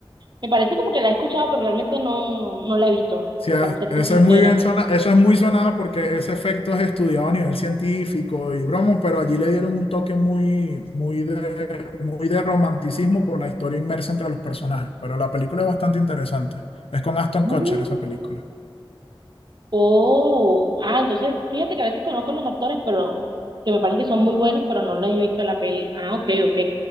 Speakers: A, on the right; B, on the left.
A: Me parece como que la he escuchado, pero realmente no, no la he visto,
B: Sí, es-
A: para serte
B: eso
A: sincera.
B: es muy bien sona, eso es muy sonado porque ese efecto es estudiado a nivel científico y bromo, pero allí le dieron un toque muy, muy de, muy de romanticismo por la historia inmersa entre los personajes. Pero la película es bastante interesante. Es con Aston
A: Mm,
B: Kutcher esa película.
A: Oh, ah, entonces fíjate que a veces conozco a los actores, pero que me parece que son muy buenos, pero no les he visto la peli. Ah, ok, ok,